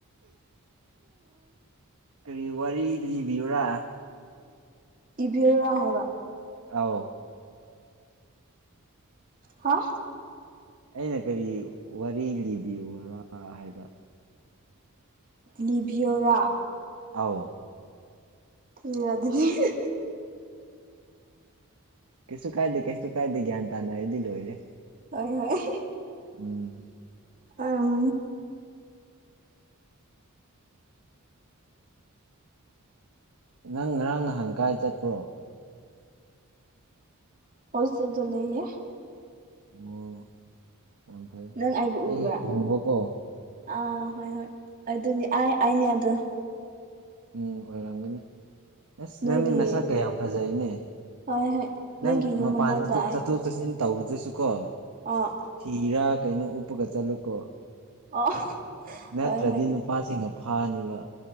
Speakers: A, on the right; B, on the right.
A: ꯀꯔꯤ ꯋꯥꯔꯤ ꯂꯤꯕꯤꯌꯨꯔꯥ
B: ꯏꯕꯤꯌꯨꯔꯥ ꯍꯥꯏꯕ
A: ꯑꯥꯎ
B: ꯍꯥ
A: ꯑꯩꯅ ꯀꯔꯤ ꯋꯥꯔꯤ ꯂꯤꯕꯤꯌ‌ꯨꯔꯥ ꯍꯥꯏꯕ
B: ꯂꯤꯕꯤꯌꯣꯔꯥ
A: ꯑꯣ
B: ꯌꯥ <unintelligible>
A: ꯀꯩꯁꯨ ꯀꯥꯏꯗꯦ ꯀꯩꯁꯨ ꯀꯥꯏꯗꯦ ꯒ꯭ꯌꯥꯟ ꯇꯥꯅꯔꯗꯤ ꯂꯣꯏꯔꯦ
B: ꯍꯣꯏ ꯍꯣꯏ
A: ꯎꯝ
B: ꯎꯝ
A: ꯅꯪ ꯉꯔꯥꯡ ꯅꯍꯥꯟ ꯀꯥꯏ ꯆꯠꯄ꯭ꯔꯣ
B: ꯑ‌ꯣꯏꯔꯁꯨ ꯇꯨꯝꯅꯤꯡ ꯉ‌ꯦ
A: ꯑꯣ ꯀ ꯊꯦ
B: ꯅꯪ ꯑꯩꯕꯨ
A: ꯑꯩ
B: ꯎꯕ꯭ꯔꯥ
A: ꯎꯕ ꯀ
B: ꯑꯥ ꯍꯣꯏ ꯍꯣꯏ ꯑꯗꯨꯅꯤ ꯑꯩ ꯑꯩꯅꯦ ꯑꯗꯨꯝ
A: ꯎꯝ ꯑꯣꯏꯔꯝꯒꯅꯤ ꯑꯁ
B: ꯅꯣꯏꯒꯤ
A: ꯅꯪꯗꯤ ꯅꯁꯥ ꯀꯌꯥꯝ ꯐꯖꯩꯅꯦ
B: ꯍꯣꯏ ꯍꯣꯏ
A: ꯅꯪ
B: ꯅꯣꯏꯒꯤ ꯌꯨꯝ
A: ꯃꯄꯥꯟ
B: ꯃꯅꯥꯛꯇ
A: ꯆꯠꯣꯛ ꯆꯠꯊꯣꯛ ꯆꯠꯁꯤꯟ ꯇꯧꯕꯗꯁꯨ ꯀꯣ
B: ꯑ
A: ꯁꯤꯤꯔꯥ ꯀꯩꯅꯣ ꯎꯞꯄꯒ ꯆꯠꯂꯨꯀꯣ
B: ꯑꯣ
A: ꯅꯠꯇ꯭ꯔꯗꯤ
B: ꯍꯣꯏ ꯍꯣꯏ
A: ꯅꯨꯄꯥꯁꯤꯡꯅ ꯐꯥꯅꯤꯕ